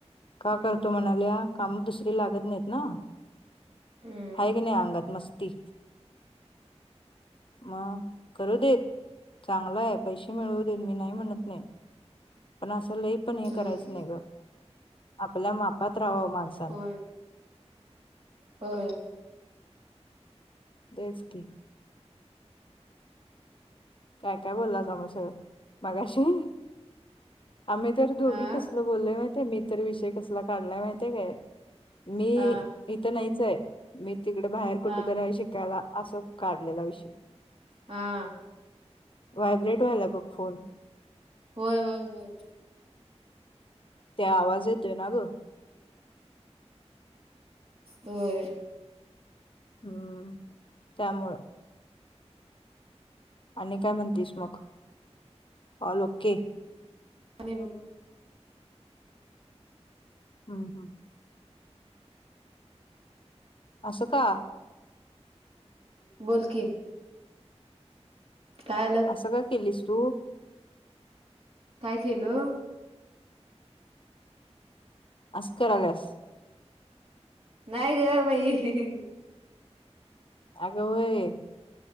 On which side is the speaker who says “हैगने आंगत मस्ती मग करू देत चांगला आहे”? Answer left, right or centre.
Left